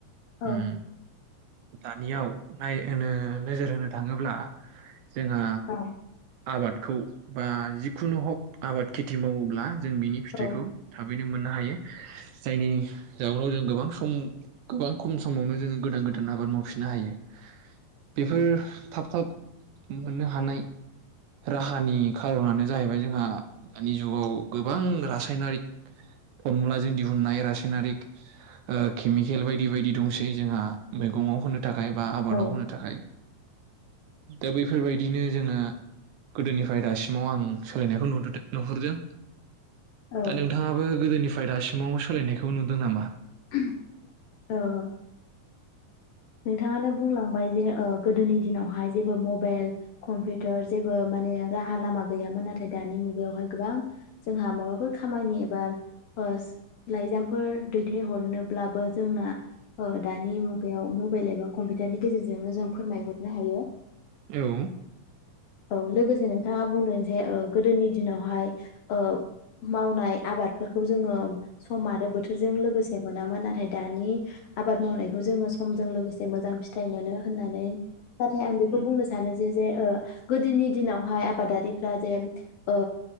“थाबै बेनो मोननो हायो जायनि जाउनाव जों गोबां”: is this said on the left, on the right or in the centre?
Right